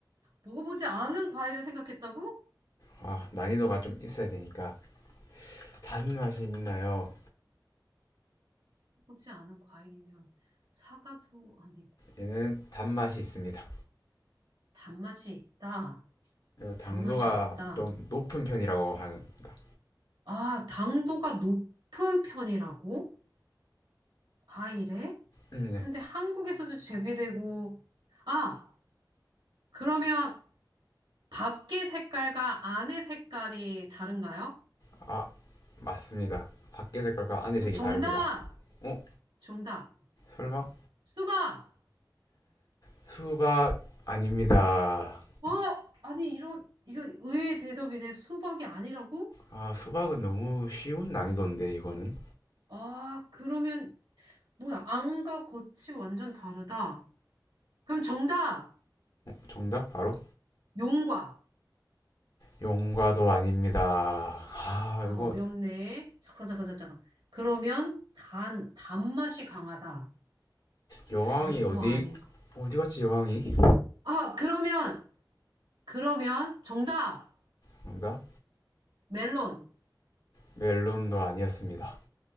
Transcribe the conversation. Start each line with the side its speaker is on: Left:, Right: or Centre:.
Right: 먹어보지 않은 과일을 생각했다고? 먹
Left: 아, 난이도가 좀 있어야 되니까 단맛이 있나요?
Right: 어 보지 않은 과일이면 사과도 아니고
Left: 얘는 단맛이 있습니다.
Right: 단맛이 있다.
Left: 당도가
Right: 단맛이 있다.
Left: 좀 높은 편이라고 합니다.
Right: 아, 당도가 높은 편이라고? 과일에?
Left: 음, 네.
Right: 근데 한국에서도 재배되고 아, 그러면 밖의 색깔과 안의 색깔이 다른가요?
Left: 아, 맞습니다. 밖의 색깔과 안의
Right: 그
Left: 색이
Right: 정답,
Left: 다릅니다. 어?
Right: 정답.
Left: 설마?
Right: 수박.
Left: 수박 아닙니다.
Right: 어? 아니, 이런, 이거 의외의 대답이네. 수박이 아니라고?
Left: 아, 수박은 너무 쉬운 난이도인데 이거는.
Right: 아, 그러면, 뭐야, 안과 겉이 완전 다르다. 그럼 정답,
Left: 정답 바로
Right: 용과.
Left: 용과도 아닙니다. 아,
Right: 아,
Left: 이거
Right: 어렵네. 잠깐, 잠깐, 잠깐. 잠깐. 그러면 단, 단맛이 강하다.
Left: 여왕이
Right: 배도
Left: 어디
Right: 아니고.
Left: 어디 갔지 여왕이?
Right: 아, 그러면, 그러면 정답,
Left: 정답
Right: 멜론.
Left: 멜론도 아니었습니다.